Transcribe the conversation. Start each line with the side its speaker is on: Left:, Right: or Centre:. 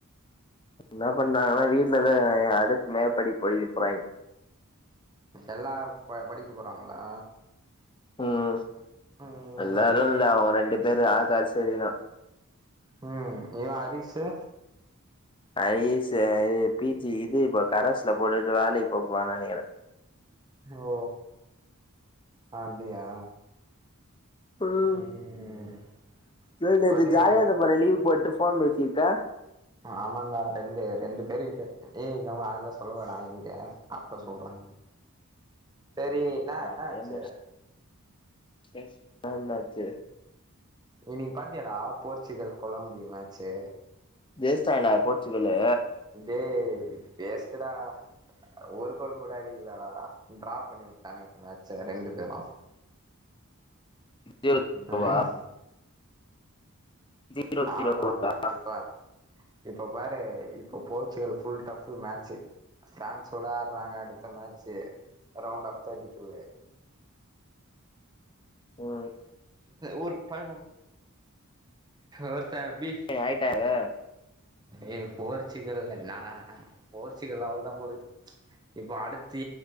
Left: என்ன பண்றாங்கனா வீட்லதா அடுத் மேப்படிப் படிக்க போறாங்க
Right: எல்லா படிக்க போறாங்களா
Left: ம்
Right: ம்
Left: எல்லாரு இல்ல அவங்க ரெண்டு பேரு ஆக்காஸ் சரிரா
Right: ம் இவ அரிஷு
Left: அரிஷு இது பிஜி இது இப்ப கரசுல போட்டுட்டு வேலைக்கு போப்பான் நெனைக்கிறே
Right: ஓ அப்டியா
Left: ம்
Right: ம்
Left: இது
Right: இப்ப
Left: நேத்து
Right: நீ
Left: ஜாலியா இருந்த போல லீவ் போட்டு போன் பேசிட்டு
Right: ஆமான்டா ரெண்டு ரெண்டு பேருக்கிட்ட ஏ க அதெல்லா சொல்லுவனா இங்க அப்புற சொல்ற சரி என்னா
Left: சாத்தியா
Right: என்னாச்சு
Left: முச் அப்ற என்னாச்சி
Right: இன்னைங்கு பாத்தீயாடா போர்ச்சுகல் கொலம்பி மேச்சு
Left: ஜெயிஸ்டாங்களா போர்ச்சுகல்லு
Right: டேய் வேஸ்டுடா ஒரு கோல் கூட அடிக்களடா ட்ரா பண்ணி விட்டானுங்க டா மேட்ச ரெண்டு எலா
Left: ஜீரோ
Right: ம்
Left: ஜீரோவா ஜீரோ ஜீரோவா
Right: ஆமா ஆமா ப இப்ப பாரு இப்ப போர்ச்சுகல் ஃபுல்டஃப் மேட்சு பிரான்ஸ் ஓட ஆடுறாங்க அடுத்த மேட்சு ரௌண்ட் ஆப் தேடிடு
Left: ம்
Right: ஒரு பை ஒருத்த பிஃப்
Left: ஆயிட்டரு
Right: ஏ போர்ச்சுகல்ல நா போர்ச்சுகல் அவ்ளதா போழுது இப்ப அடுத்து